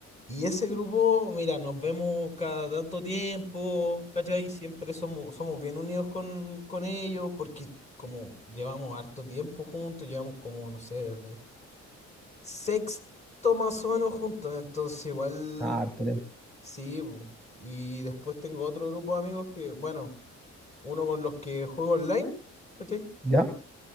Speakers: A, on the left (about 25°); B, in the centre.
A: Y ese grupo, mira, nos vemos cada tanto tiempo, ¿cachai? Siempre somos, somos bien unidos con, con ellos, porque como llevamos harto tiempo juntos, llevamos como, no sé, desde sexto más o menos juntos, entonces igual,
B: Ah, harto tiempo.
A: sí, po. Y después tengo otro grupo de amigos que, bueno, uno con los que juego online, ¿cachai?
B: ¿Ya?